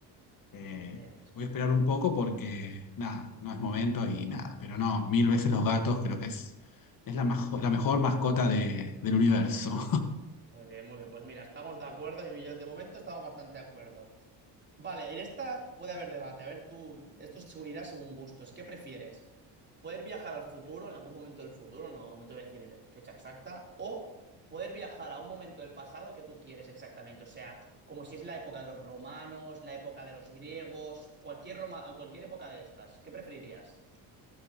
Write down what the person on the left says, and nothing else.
eh,
voy a esperar un poco porque nada, no es momento y nada. Pero no, mil veces los gatos creo que es, es la, majo- la mejor mascota de- del universo.